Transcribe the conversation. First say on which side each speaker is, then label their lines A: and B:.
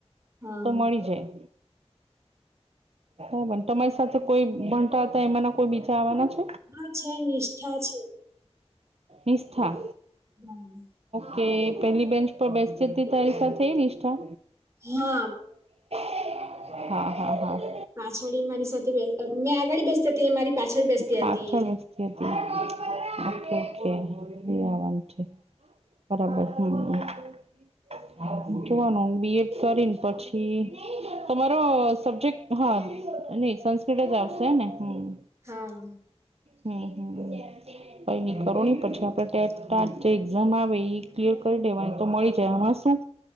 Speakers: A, on the right; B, on the right.
A: હા.
B: તો મળી જાય. તોય પણ તમારી સાથે કોઈ ભણતાતા એમાંના કોઈ બીજા આવવાના છે?
A: હ છે, નિષ્ઠા છે
B: નિષ્ઠા?
A: હમ.
B: કે પેલી બેન્ચ પર બેસતી તારી સાથે એ નિષ્ઠા?
A: હા
B: <unintelligible> હા હા હા
A: પાછડી મારી સાથે બે, મેં આગડી બેસતીતી મારી. પાછળ બેસતી
B: પાચ
A: હતી.
B: છો વખતી હતી આો. એ, એ આવાનું છે <unintelligible> બરાબર હા. <unintelligible> કેવાનું બી એડ કરીને પછી, તમારો સબ્જેક્ટ, હા. હ અને સંસ્ક્રિટ જ આવસે ને? હમ.
A: હા.
B: હમ હમ. <unintelligible> કઈ ની કરોની પછી આપણે ટેટ ટાટ જે એક્ઝામ આવે એ, ક્લિયર કરી દેવાની તો મળી જાય. સું